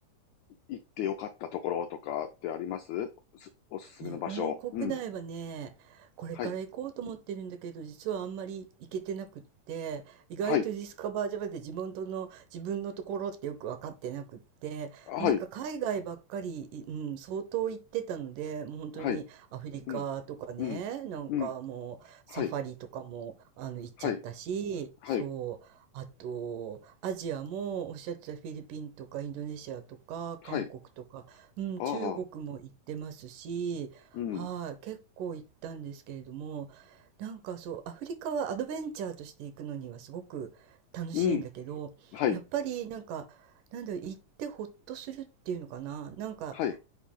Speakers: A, on the left (about 85°); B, on the right (about 75°).
A: 行ってよかったところとかってありますすおすすめの場所。
B: 日本国内はね、
A: うん。
B: これから行こうと思ってるんだけど、
A: はい。
B: 実はあんまり行けてなくって、意外とディスカバージャ
A: はい。
B: v で自分との、自分のところってよく分かってなくって、
A: はい。
B: なんか海外ばっかり、うん、相当行ってたので、もう本当にアフリカとかね、
A: はい。うん。うん。
B: なんかもうサファリとかもあの行っちゃったし、
A: うん。はい。はい。はい。
B: そう。あと、アジアもおっしゃってたフィリピンとかインドネシアとか韓国とか、
A: はい。
B: うん、
A: ああ。
B: 中国も行ってますし、
A: うん。
B: はい、結構行ったんですけれども、なんかそう、アフリカはアドベンチャーとして行くのにはすごく楽しいんだけど、
A: うん。はい。
B: やっぱりなんか、なんだろう、行ってほっとするっていうのかな、なんか、
A: はい。